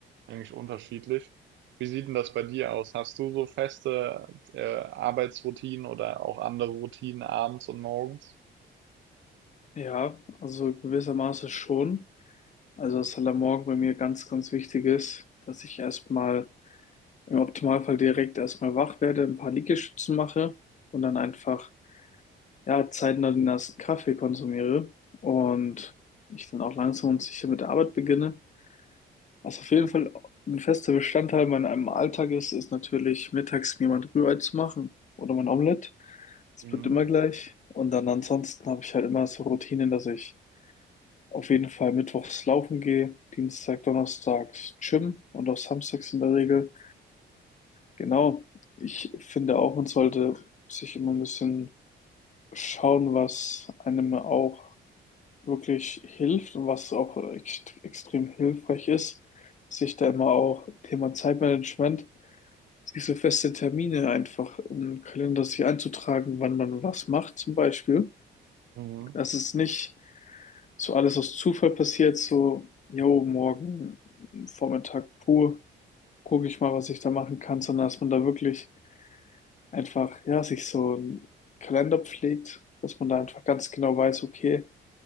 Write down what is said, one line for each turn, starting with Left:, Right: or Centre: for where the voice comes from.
Right: eigentlich unterschiedlich. Wie sieht denn das bei dir aus? Hast du so feste, äh, Arbeitsroutinen oder auch andere Routinen abends und morgens?
Left: Ja, also gewissermaßen schon. Also was halt am Morgen bei mir ganz, ganz wichtig ist, dass ich erstmal im Optimalfall direkt erstmal wach werde, ein paar Liegestützen mache und dann einfach ja, zeitnah den ersten Kaffee konsumiere und ich dann auch langsam und sicher mit der Arbeit beginne. Was auf jeden Fall ein fester Bestandteil in meinem Alltag ist, ist natürlich mittags mir mal ein Rührei zu machen oder mein Omelett. Das
Right: Mhm.
Left: bleibt immer gleich. Und dann ansonsten habe ich halt immer so Routinen, dass ich auf jeden Fall mittwochs laufen gehe, Dienstag, Donnerstags Gym und auch samstags in der Regel. Genau. Ich finde auch, man sollte sich immer ein bisschen schauen, was einem auch wirklich hilft und was auch ext extrem hilfreich ist, sich da immer auch Thema Zeitmanagement, sich so feste Termine einfach im Kalender sich einzutragen, wann man was macht zum Beispiel.
Right: Mhm.
Left: Dass es nicht so alles aus Zufall passiert, so, jo, morgen Vormittag pur, gucke ich mal, was ich da machen kann, sondern dass man da wirklich einfach, ja, sich so einen Kalender pflegt, dass man da einfach ganz genau weiß, okay,